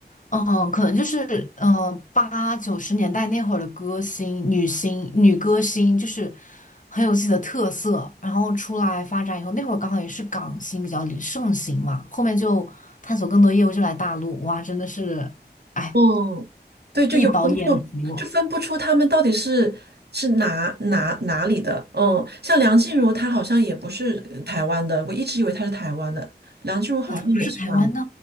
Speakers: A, on the left; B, on the right.
A: 嗯、可能就是，嗯，八九十年代那会儿的歌星、女星、女歌星，就是很有自己的特色，然后出来发展以后，那会儿刚好也是港星比较流盛行嘛，后面就探索更多业务，就来大陆，哇，真的是，哎，
B: 嗯，对，就有时候就就分不出她们到底是是哪哪哪里的。
A: 一饱眼福。
B: 嗯，像梁静茹，她好像也不是台湾的，我一直以为她是台湾的。梁静茹好像也是马，
A: 那他不是台湾的